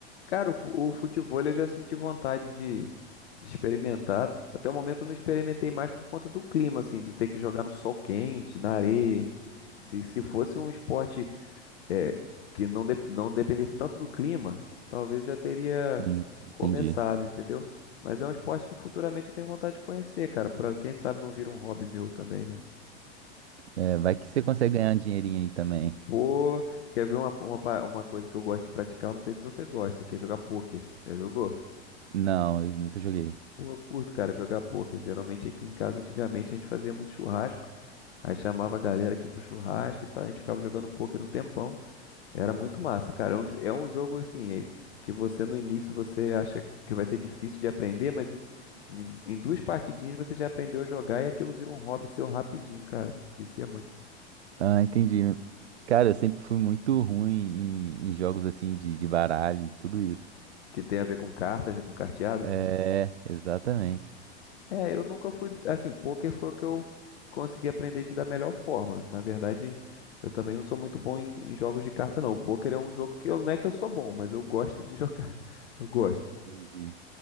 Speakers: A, on the left; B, on the right.
A: Cara, o, fu- o futevôlei eu já senti vontade de, de experimentar. Até o momento eu não experimentei mais por conta do clima, assim, de ter que jogar no sol quente, na areia. Se, se fosse um esporte é, que não, dep- não dependesse tanto do clima, talvez já teria
B: Sim, entendi.
A: começado, entendeu? Mas é um esporte que futuramente eu tenho vontade de conhecer, cara, pra quem sabe não vira um hobby meu também, né?
B: É, vai que você consegue ganhar um dinheirinho aí também.
A: Pô, quer ver uma, uma, pa- uma coisa que eu gosto de praticar? Eu não sei se você gosta, que é jogar pôquer. Já jogou?
B: Não, eu nunca joguei.
A: Pô, eu curto, cara, jogar poker. Geralmente aqui em casa, antigamente, a gente fazia muito churrasco. Aí chamava a galera aqui pro churrasco e tal. A gente ficava jogando poker um tempão. Era muito massa, cara. É um, jo- é um jogo assim, é- que você no início você acha que vai ser difícil de aprender, mas em, em- em duas partidinhas você já aprendeu a jogar e aquilo vira um hobby seu rapidinho, cara. Vicia muito.
B: Ah, entendi. Cara, eu sempre fui muito ruim em, em jogos assim de, de baralho e tudo isso.
A: Que tem a ver com cartas, né? Com carteado.
B: É, exatamente.
A: É, eu nunca fui, assim, poker foi o que eu consegui aprender de da melhor forma. Na verdade, eu também não sou muito bom em, em jogos de carta, não. O poker é um jogo que eu, não é que eu sou bom, mas eu gosto de jogar. <laughs> Eu gosto.
B: Entendi.